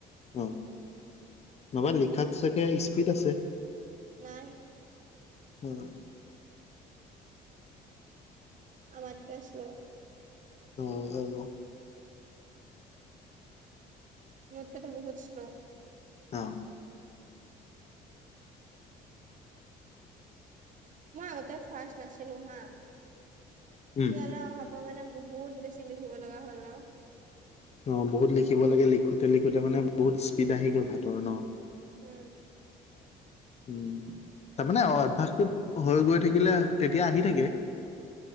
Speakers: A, on the left (about 40°); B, on the right (about 50°).
A: অ, নহবা লিখাত চাগে স্পীড আছে।
B: নাই।
A: উম।
B: আমাত কে শ্ল।
A: উম হয় ও।
B: মোতকেতো বহুত শ্ল'ও।
A: অ'
B: মই আগতে ফাৰ্ষ্ট নাছিলো হা
A: উম
B: ইয়ালে অহা পা। মই মানে বহুত বেছি লিখিব লগা হ'ল ন।
A: অ' বহুত লিখিব লাগে লিখোতে লিখোতে মানে বহুত স্পীড আহি গ'ল ভাতৰ ন'।
B: উম।
A: উম তাৰ মানে, অভ্যাসটোত হৈ গৈ থাকিলে তেতিয়া আহি থাকে।